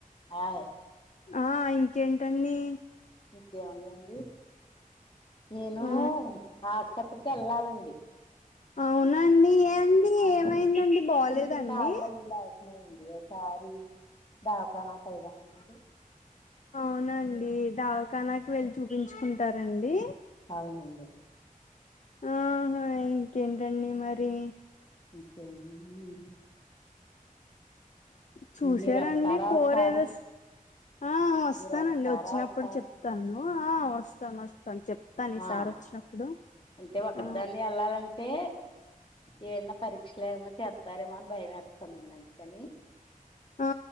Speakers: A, on the left; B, on the left.
A: ఆయ్
B: ఆ ఇంకేంటండి
A: ఇంకేముందండి నేను
B: ఆ
A: ఆసుపత్రికి వెళ్ళాలండి
B: అవునండి ఏమండి
A: ఆ
B: ఏమైందండి బాలేదండి
A: కొంచెం కాళ్ళు అవి లాగుతున్నాయి న్నాయండి ఒకసారి దవాకానాకు వెళ్దామనండి
B: అవునండి దవాకానాకు వెళ్ళి చూపించుకుంటారండి
A: అవునండి
B: ఆహా ఇంకేంటండి మరి
A: ఇంకేముందండి
B: చూసారండి
A: మీరు వస్తారా
B: కూర
A: ఒకసారి
B: ఏదో ఆ వస్తానండి
A: మీరు వస్తారా
B: వచ్చినప్పుడు
A: ఒకసారి
B: చెప్తాను వస్తాను ఆ వస్తాను వస్తాను చెప్తాను ఈసారి
A: ఆ
B: వచ్చినప్పుడు
A: అంటే ఒక
B: ఆ
A: దాన్ని వెళ్ళాలంటే ఏమన్నా పరీక్షలు ఏమన్నా చేతారేమో అని భయమేస్తుందండి అందుకని
B: ఆ